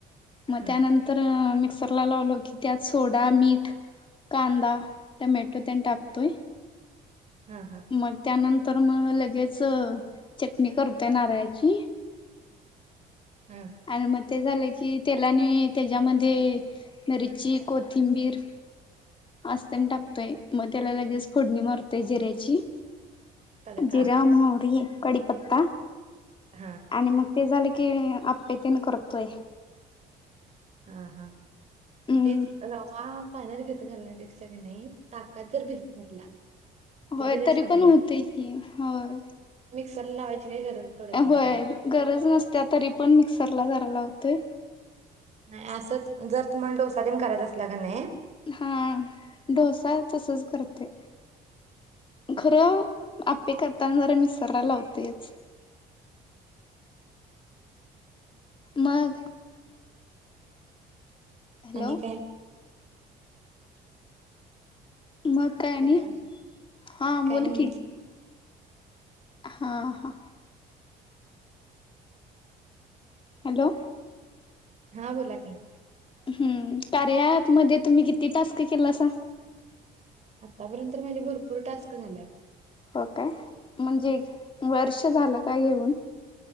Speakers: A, on the left; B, on the right.
A: मग
B: हा
A: त्यानं तर मिक्सर ला लावल की त्यात सोडा मीठ कांदा टमॅटो तेनं टाकतोय.
B: हा हा
A: मग त्यानंतर मग लगेच चटणी करतोय नारळाची
B: हं
A: आणि मग ते झालं की तेलाने त्याच्यामध्ये मिरची कोथिंबीर असतंनं टाकतोय मग त्याला लगेच फोडणी मारतोय जीऱ्याची
B: तडका
A: जीरा, मौहरी, कडीपत्ता
B: हा
A: आणि मग ते झालं की आप्पे तेन करतोय.
B: हा हा मग
A: हम्म
B: तेच रवा फायनल घेत घालण्यापेक्षा की नाही ताकात जर भिजत घातला
A: होय
B: तर ते ते
A: तरी
B: छान
A: पण
B: होतंय
A: होतय की होय.
B: मिक्सर लावायची
A: होय
B: त्याला
A: गरज नसत्या तरी पण मिक्सरला जरा लावते.
B: नाही असंच जर तुम्हाला डोसा दिन करायचा असला की नाही.
A: हा डोसा तसच करते खरं आप्पे करताना जरा मिक्सरला लावतेच मग हॅलो
B: आणि काय
A: मग काय आणि
B: हॅलो
A: हा
B: काय
A: बोल
B: नाही
A: की हा हा हॅलो
B: हा बोला की.
A: हम्म कार्या एॅप मध्ये तुम्ही किती टास्क केलासा?
B: आतापर्यंत तर माझे भरपूर टास्क झाल्यात.
A: हो काय म्हणजे वर्ष झालं काय घेऊन?